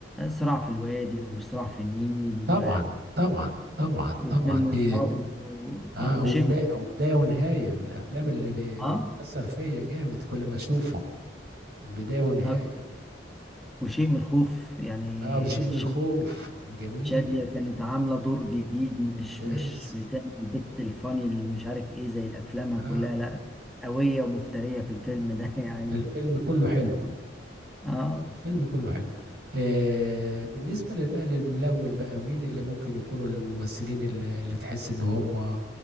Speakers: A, in the centre; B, on the right (about 55°).
A: صراع في الوادي وصراع في النيل و...
B: طبعا طبعا طبعا
A: وفيلم
B: طبعا
A: الأرض
B: دي
A: و...
B: اه
A: آه، وشيء
B: وبدايه وبدايه ونهايه من الافلام اللي بي...
A: اه
B: اللي بيأثر فيا جامد كل ما اشوفه بدايه ونهايه
A: طب وشيء من الخوف يعني
B: اه وشيء من
A: شاد-
B: الخوف جميل
A: شادية كانت عاملة دور جديد مش
B: ممتاز
A: مش مش ده البت الفاني اللي مش عارف ايه زي أفلامها
B: اه
A: كلها لا قوية ومفترية في الفيلم ده <laughs> يعني
B: الفيلم كله حلو
A: اه
B: الفيلم كله حلو آه بالنسبه لل- بقى للملون بقى مين اللي ممكن يكونوا الممثلين اللي, اللي تحس ان هم